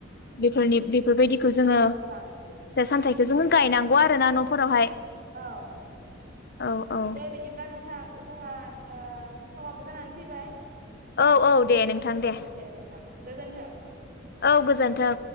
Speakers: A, on the left; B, on the right.
A: बेफोरनि बेफोरबायदिखौ जोङो
B: औ
A: फिथाय
B: नोंथां
A: सामथाइखौ जोङो गायनांगौ आरो ना न'फोरावहाय।
B: औ
A: औ औ
B: दे बिदिब्ला नों बिथां जोंहा ओ-समाबो जानानै फैबाय।
A: औ औ दे नोंथां दे
B: औ नोंथां गोजोन्थों
A: औ गोजोन्थों